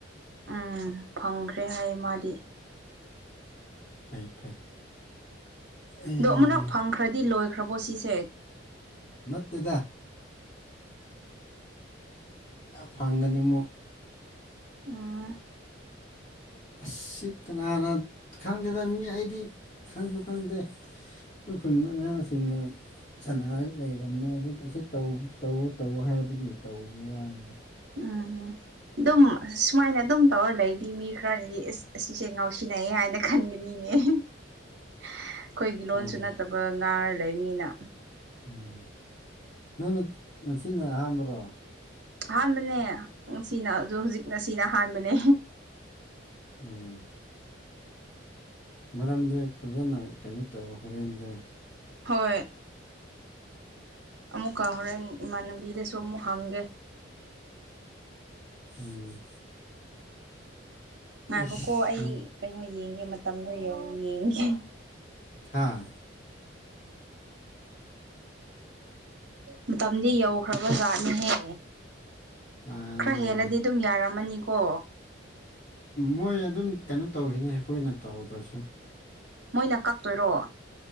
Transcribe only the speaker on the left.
ꯐꯩ ꯐꯩ ꯑꯦ
ꯅꯠꯇꯗ ꯐꯪꯒꯅꯤꯃꯨ
ꯑꯁꯤ ꯀꯅꯥꯅ ꯈꯪꯗꯦꯗ ꯃꯤ ꯑꯩꯗꯤ ꯈꯪꯁꯨ ꯈꯪꯗꯦ ꯑꯩꯈꯣꯏ ꯑꯉꯥꯡꯁꯤꯡꯅ ꯁꯥꯟꯅꯔꯒ ꯂꯩꯔꯝꯃꯦ ꯑꯗꯨ ꯑꯁꯤ ꯇꯧ ꯇꯧ ꯍꯥꯏꯕꯒꯤ ꯇꯧꯕ ꯋꯥꯅꯤꯗ
ꯌꯥꯗꯦ
ꯎꯝ ꯅꯪ ꯉꯁꯤꯅ ꯑꯍꯥꯟꯕ꯭ꯔꯣ
ꯎꯝ ꯃꯔꯝꯗꯤ ꯐꯖꯅ ꯀꯩꯅꯣ ꯇꯧ ꯍꯣꯔꯦꯟꯒꯣ
ꯎꯝ
ꯑꯁ
ꯑꯥ
ꯍꯥ
ꯃꯣꯏ ꯑꯗꯨꯝ ꯀꯩꯅꯣ ꯇꯧꯈꯤꯅꯤ ꯑꯩꯈꯣꯏꯅ ꯇꯧꯔꯁꯨ